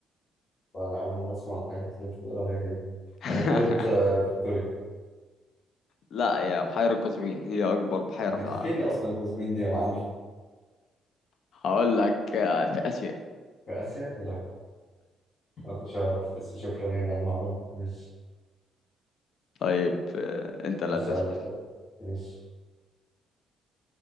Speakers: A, on the left; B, on the left.
A: فأنا أول مرة أسمع الحاجات اللي أنت بتقول عليها دي
B: <laughs>
A: أبحيرة آه، فيكتوريا
B: لا هي بحيرة قزوين هي اكبر بحيرة
A: دي
B: في العالم
A: فين أصلا كوزمين دي يا معلم؟
B: هقول لك آه، في اسيا
A: في آسيا؟ يا لهوي ما كنتش أعرف بس شكرا يعني على المعلومة ماشي
B: طيب آه، انت لا
A: أسألك
B: تسأل
A: بقى ماشي